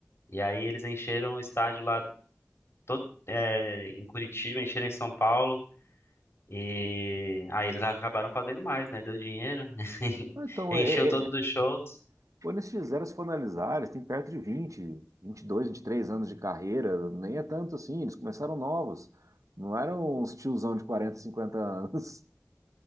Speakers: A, on the left (about 50°); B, on the right (about 80°).
A: E aí eles encheram o estádio lá todo, é, em Curitiba, encheram em São Paulo. E aí eles acabaram fazendo mais, né? Deu dinheiro. <laughs>
B: ah, então
A: Encheu
B: é, é,
A: todos
B: é,
A: os shows.
B: quando eles fizeram, se for analisar, eles têm perto de vinte, vinte e dois, vinte e três anos de carreira, nem é tanto assim, eles começaram novos. Não eram uns tiozão de 40, 50 anos. <laughs>